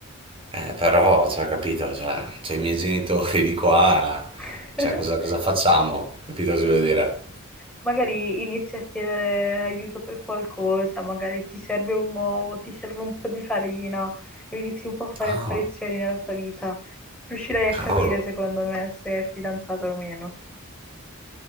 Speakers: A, on the right; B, in the centre.
A: Eh, però, cioè, capito, cioè, c'ho i miei genitori di qua,
B: <laughs>
A: cioè, cosa, cosa facciamo? Capito cosa voglio dire?
B: magari inizi a chiedere aiuto per qualcosa, magari ti serve un uovo, ti serve un po' di farina, e inizi un po' a fare
A: Ah,
B: apparizioni nella sua vita. Riuscirai a
A: cavolo.
B: capire, secondo me, se è fidanzata o meno.